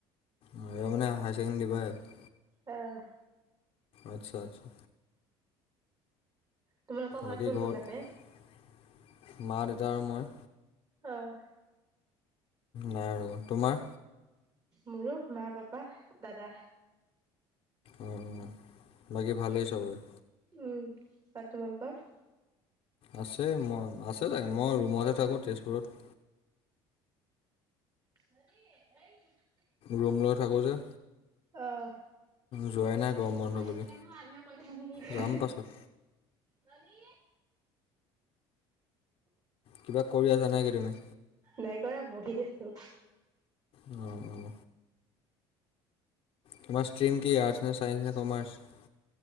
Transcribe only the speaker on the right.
অহ।
তোমালোকৰ ঘৰত
কোন
কোন আছে
অহ
মোৰো মা, পাপা, দাদা।
উম, আৰু তোমালোকৰ?
<inaudible>
অহ।
হাল্লা
কৰি থাকে নহয়। আমিও কৰি থাকোঁ। হে হে
হে
নানি
নাই কৰা বহি দিছো।